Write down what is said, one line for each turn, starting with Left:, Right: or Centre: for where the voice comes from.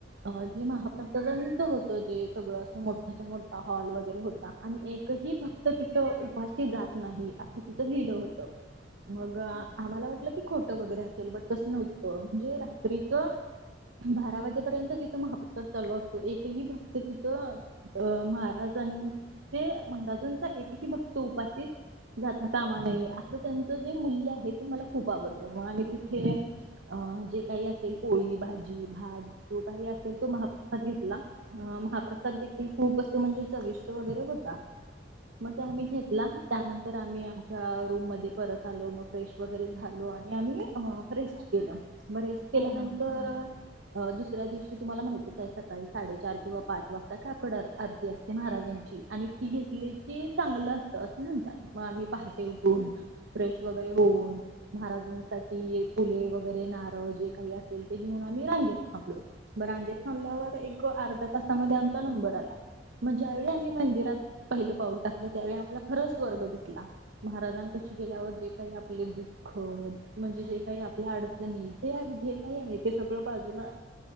Right: अ जे महाप्रसादांच होत जे सगळंं अस मोठ. त्याचा मोठ्ठा हॉल वगैरे होता आणि एक भक्त तिथं उपाशी जात नाही असं तिथ लिहिलं होत. मग आम्हाला वाटलं की खोट वगैरे असेल बट तसं नव्हतं म्हणजे रात्रीच बारा वाजेपर्यंत तिथं महाप्रसाद चालू असतो एकही भक्त तिथ अ महाराजांचे महाराजांचा एकही भक्त उपासित जाता कामा नये असं त्यांच जे मूल्य आहे ते मला खूप आवडलं वा नी तिथे. अं जे काही असेल पोळी, भाजी, भात. तो काही असेल तो महाप्रसाद घेतला अ महाप्रसाद देखील खूप असे म्हणजे चविष्ट वगैरे होत. का म ते आम्ही घेतला त्यानंतर आम्ही आमच्या रूम मध्ये परत. आलो म फ्रेश वैगरे झालो आणि ही फ्रे <unintelligible> केल. बरेच
Left: हो
Right: केल्यानंतर
Left: मॅम हा
Right: अ दुस दुसऱ्या दिवशी तुम्हाला माहतीच आहे सकाळी साडेचार किंवा पाच वाजता काकड अर आरती असते महाराजांची आणि घेतली की चांगलं असतं अस. म्हणतात मग आमी पहाटे उठून फ्रेश वगैरे होऊन महाराज फुले वगैरे नारळ जे काही असेल घेऊन आम्ही रांगेत थांबलो. मग रांगेत थांबल्यावर एक अर्धा तासामध्ये आमचा नंबर आला मग ज्यावेळी आम्ही मंदिरात पहिलं पाऊल टाकलं त्यावेळी आम्हाला खरंच स्वर्ग दिसला महाराजां पाशी गेल्यावर जे काही आपले दुःख म्हणजे जे काही आपल्या अडचणी जे काही आहे ते सगळं बाजूला